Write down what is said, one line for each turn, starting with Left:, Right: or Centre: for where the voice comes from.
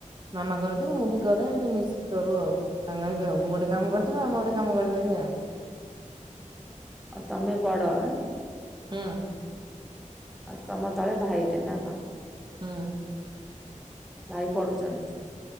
Right: ମାମା କର ନ୍ତି ମୁଁ ବି କରେ ଏମନ୍ତି ମିଶିକି କରୁ ଆଉ ସାଙ୍ଗ ହେକିଆଉ। ମୁଁ ଗୋଟେ କାମ କରିଥିବି ମାମା ଗୋଟେ କାମ କରିଦିଅନ୍ତି ଆଉ।
Centre: ଅ ତମେ ବଡ‌ ଆଁ?
Right: ହୁଁ।
Centre: ଆ ତମ ତଳେ ଭାଇଟେ ନା କଣ?
Right: ହୁଁ।
Centre: ଭାଇ ପଢୁଚନ୍ତି।